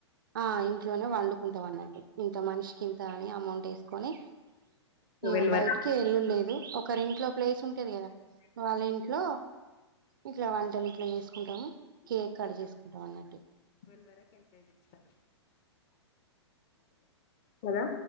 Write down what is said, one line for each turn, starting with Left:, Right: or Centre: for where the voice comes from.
Right: ఆ ఇంట్లోనే వండు అనుకుంటాం అన్నట్టు ఇంత మనిషికి ఇంత అని అమౌంట్ వేసుకొని
Left: ట్వెల్వ్
Right: ఏ బయటికి
Left: వరకు
Right: ఎల్లు లేదు ఒకరి ఇంట్లో ప్లేస్ ఉంటంది కదా వాళ్ళ ఇంట్లో ఇట్లా వ వంటలు ఇట్లా చేసుకుంటాము కేక్ కట్ చేసుకుంటాం అన్నట్టు
Left: <inaudible> వరకు ఎంతే చేస్తారు కదా